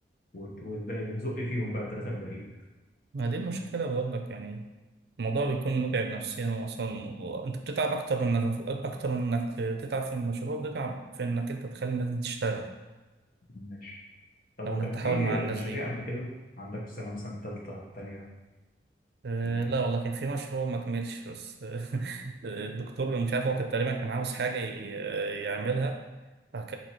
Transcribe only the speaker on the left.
والت- والباقي بنزق فيهم بقى الثلاثة الباقيين
ماشي طب
وكان
في
مشاريع
قبل كده عندك في سنة مثلا تالتة تانية
ولا إيه؟